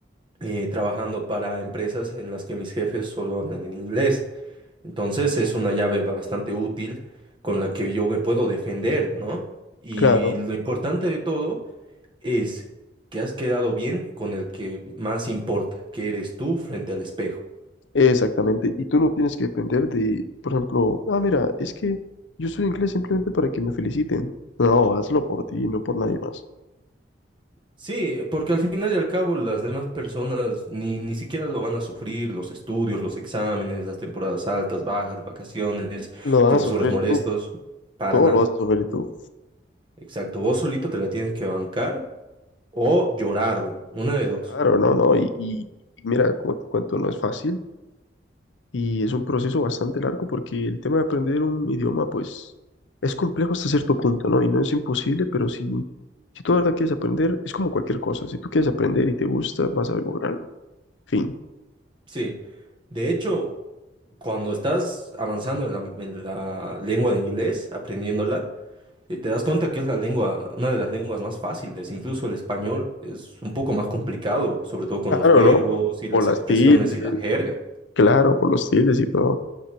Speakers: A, on the right (about 25°); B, on the left (about 85°).
A: eh, trabajando para empresas en las que mis jefes solo hablan en inglés. Entonces es una llave bastante útil con la que yo me puedo defender, ¿no? Y
B: Claro,
A: lo importante de todo es que has quedado bien con el que más importa, que eres tú frente al espejo.
B: exactamente. Y tú no tienes que depender de, por ejemplo, ah, mira, es que yo soy inglés simplemente para que me feliciten. No, hazlo por ti, no por nadie más.
A: Sí, porque al final y al cabo las demás personas ni, ni siquiera lo van a sufrir, los estudios, los exámenes, las temporadas altas, bajas, vacaciones,
B: Lo vas
A: profesores
B: a sufrir
A: molestos,
B: tú,
A: para
B: todo
A: nada.
B: lo vas a sufrir tú.
A: Exacto, vos solito te la tienes que bancar o llorarlo, una de dos.
B: Claro, no, no, y, y- y mira, como te cuento, no es fácil y es un proceso bastante largo porque el tema de aprender un idioma, pues, es complejo hasta cierto punto, ¿no? Y no es imposible, pero si, si tú de verdad quieres aprender, es como cualquier cosa, si tú quieres aprender y te gusta, vas a lograrlo, fin.
A: Sí, de hecho, cuando estás avanzando en la, en la lengua de inglés, aprendiéndola, eh, te das cuenta que es la lengua, una de las lenguas más fáciles. Incluso el español es un poco más complicado, sobre todo con
B: Claro,
A: los verbos
B: ¿no? Por,
A: y
B: por
A: las
B: las
A: expresiones
B: tildes,
A: y la jerga.
B: claro, por los tildes y todo.